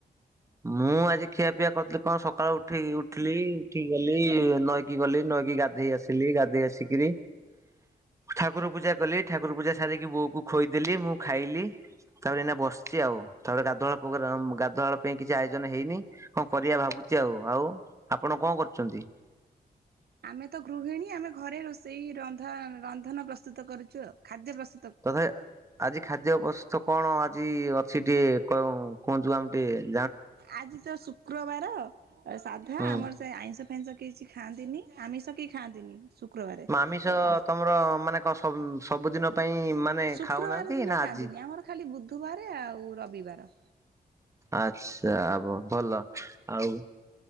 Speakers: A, on the right (about 20°); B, on the right (about 75°).
A: ମୁଁ ଆଜି ଖିଆ ପିଆ କରିଥିଲି। କଣ ସକାଳୁ ଉଠି ଉଠିଲି ଉଠିକି ଗଲି ନଈକି ଗଲି ନଈକି ଗାଧେଇ ଆସିଲି। ଗାଧୋଇ ଆସିକରି ଠାକୁର ପୂଜା କଲି ଠାକୁର ପୂଜା ସାରିକି ବୋଉକୁ ପୁଅକୁ ଖୋଇଦେଲି ମୁଁ ଖାଇଲି। ତାପରେ ଏଇନା ବସିଚି ଆଉ ତାପରେ ଗାଧୁଆଳ ଗାଧୁଆଳ ପାଇଁ କିଛି ଆୟୋଜନ ହେଇନି କଣ କରିବା ଭାବୁଚି। ବସିଚି ଆଉ ଆଉ ଆପଣ କଣ କରୁଚନ୍ତି।
B: <inaudible> ଆମେ ତ ଗୃହିଣୀ ଆମେ ଘରେ ରୋଷେଇ ରନ୍ଧା ରନ୍ଧନ ପ୍ରସ୍ତୁତ କରୁଛୁ ଖାଦ୍ୟ ପ୍ରସ୍ତୁ
A: ତଥା ଆଜି ଖା ଖାଦ୍ୟ ପ୍ରସ୍ତୁତ କଣ ଆଜି ଅଛି ଟିକେ କହି କୁହନ୍ତୁ ଆମେ ଟିକେ
B: ଆଜି ତ ଶୁକ୍ରବାର ତ ସାଧା
A: ହୁଁ
B: ଆମର ସେ ଆଇିଷ ଫାଇଁଷ କିଛି ଖାଆନ୍ତିନି ଆମିଷ କେ ଖାଆନ୍ତିନି। ଶୁକ୍ରବାରେ।
A: ଆମିଷ
B: ଆ
A: ତମର ମାନେ କଣ ସ ସବୁଦିନ ପାଇଁ ମାନେ
B: ଶୁକ୍ରବାର
A: ଖାଉନାହାନ୍ତି
B: ଦିନ
A: ନା
B: ଖାଆନ୍ତିନି।
A: ଆଜି?
B: ଆମର ଖାଲି ବୁଧବାର ଆଉ ରବିବାର।
A: ଆଚଛା ହବ ଭଲ ଆଉ